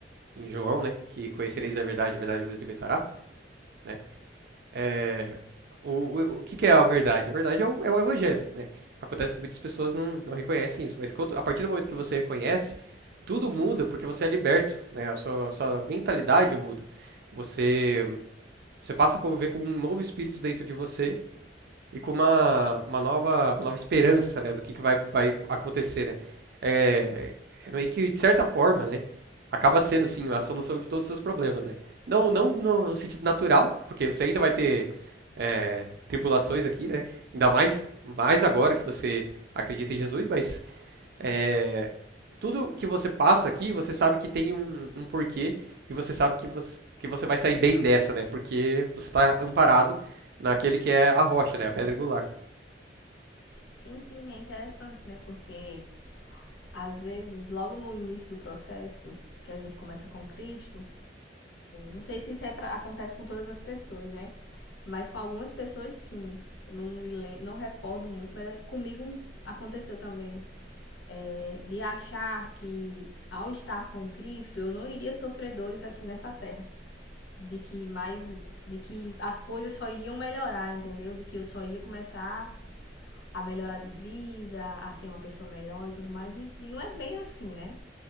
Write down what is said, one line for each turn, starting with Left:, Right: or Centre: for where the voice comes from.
Right: em João, né, que conhecereis a verdade, a verdade vos libertará, né? É, o, o, o que, que é a verdade? A verdade é o, é o evangelho, né? Acontece que muitas pessoas não, não reconhecem isso, mas quando, a partir do momento que você reconhece, tudo muda porque você é liberto, né? A sua, a sua mentalidade muda. Você, você passa a conviver com um novo espírito dentro de você e com uma, uma nova, uma nova esperança, né, do que, que vai, vai acontecer, né? É, é meio que, de certa forma, né, acaba sendo, sim, a solução de todos os seus problemas, né? Não, não no, no sentido natural, porque você ainda vai ter é, tribulações aqui, né? Ainda mais, mais agora que você acredita em Jesus, mas é, tudo que você passa aqui, você sabe que tem um, um porquê e você sabe que você, que você vai sair bem dessa, né? Porque você tá amparado naquele que é a rocha, né? A pedra angular.
Left: Sim, sim, é interessante, né? Porque às vezes, logo no início do processo que a gente começa com Cristo, Não sei se isso é pra, acontece com todas as pessoas, né? Mas com algumas pessoas sim. Eu não me lembro, não recordo muito, mas comigo aconteceu também. É, de achar que ao estar com Cristo eu não iria sofrer dores aqui nessa terra. De que mais. De que as coisas só iriam melhorar, entendeu? De que eu só ia começar a melhorar de vida, a ser uma pessoa melhor e tudo mais. E, e não é bem assim, né?